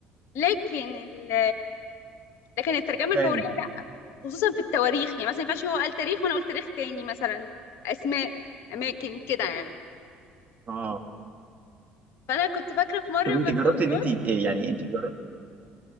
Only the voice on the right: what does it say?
فاهم
اه
طب انت
جربت
ان انت إيه يعني انت جربت